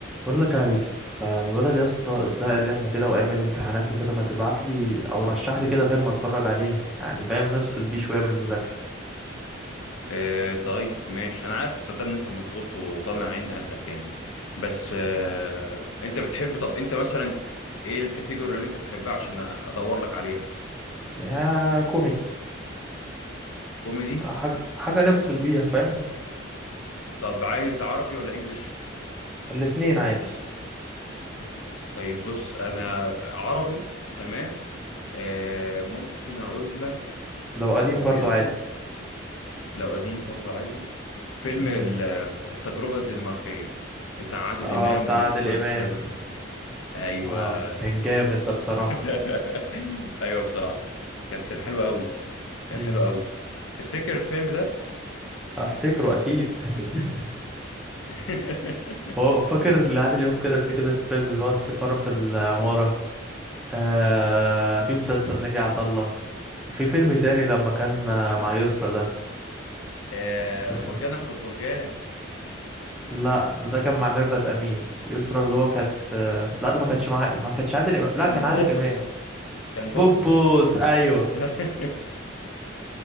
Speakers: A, in the centre; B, on the left.
A: بقول لك يا يوسف آه، ما بدل يا اسطى الزهق اللي احنا فيه ده وايام الامتحانات وكده ما تبعت لي او رشح لي كده فيلم اتفرج عليه يعني فاهم نفصل بيه شويه من المذاكره
B: آه طيب ماشي انا عارف صدق ان انت مضغوط وطالع عين اهلك يعني بس آه انت بتحب طب انت مثلا ايه الكاتيجوري اللي انت تحبها عشان ادور لك عليها
A: يا كوميدي
B: كوميدي
A: حاجه حاجه نفصل بيها فاهم
B: طب عايز عربي ولا انجليش
A: الاتنين عادي
B: طيب بص انا عربي تمام آه ممكن اقول لك
A: لو قديم
B: هو في
A: برضو
B: افلام
A: عادي
B: لو قديم برضه عادي فيلم
A: امم
B: ال- التجربة الدنماركية بتاع عادل
A: اه
B: امام
A: بتاع
B: ونيكول
A: عادل امام
B: سابا ايوه
A: اه كان جامد ده بصراحه
B: <laughs> ايوه بصراحه كان كان حلو قوي كان
A: امم
B: حلو قوي تفتكر الفيلم ده
A: افتكره اكيد <laughs>
B: <laughs>
A: هو فاكر لعادل امام كده كذا فيلم اللي هو السفاره في العماره آه في مسلسل ناجي عطا الله في فيلم تاني لما كان آه، مع يسرا ده
B: آه،
A: بس
B: مرجان احمد مرجان
A: لا ده, ده كان مع ميرفت امين يسرا اللي هو كانت آه، لا ده ما كانتش مع ما كانتش عادل امام لا
B: كان
A: كان عادل
B: بوبس
A: امام
B: كان بوبس
A: بوبوس ايوه
B: <laughs>